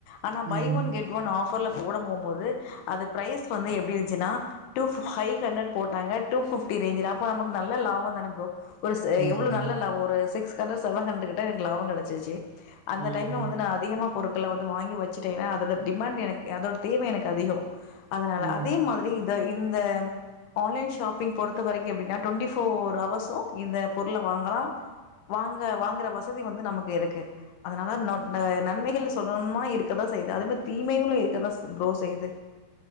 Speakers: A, on the left (about 80°); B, on the right (about 85°).
A: ஆனா
B: ம்,
A: பை
B: ம்.
A: ஒன் கெட் ஒன் ஆஃப் ஃபர்ல போட மோம்போது அது பிரைஸ் வந்து எப்டி இருன்ச்சினா டு ஃபைவ் ஹண்ரடு போட்டாங்க டு ஃபிப்டி ரேஞ்சி தா அப்ப நமக்கு நல்ல லாபோ தான‌ ப்ரோ ஒரு சே
B: ம், ம்.
A: எவ்ளோ நல்ல லாபோ ஒரு சிக்ஸ் ஹண்ரடு சவன்ஹண்ரடு‌ கிட்ட லாபோ கெடச்சுச்சி அந்த
B: ம்,
A: டைம்ல
B: ம்.
A: வந்து நா அதிகமா பொருள் கள்ளா வந்து வாங்கி வச்சிட்டே ஏன்னா அதோட டிமேண்டு எனக்கு அதோட தேவை எனக்கு அதிகோ அதனால
B: ம்.
A: அதே மாதிரி த இந்த ஆன்லைன் ஷாப்பிங் பொறுத்த வரைக்கு எப்டின்னா டுவண்டி ஃபோர் அவர்சு இந்த பொருள் வாங்களா வாங்க வாங்கற வஸ் ததி வந்து நமக்கு இருக்கு அதனால நொட் அ நன்மைகள் சொல்லன்மா இருக் கதா செய்து அதேமரி தீமைகளு இருக்கதா ப்ரோ செய்து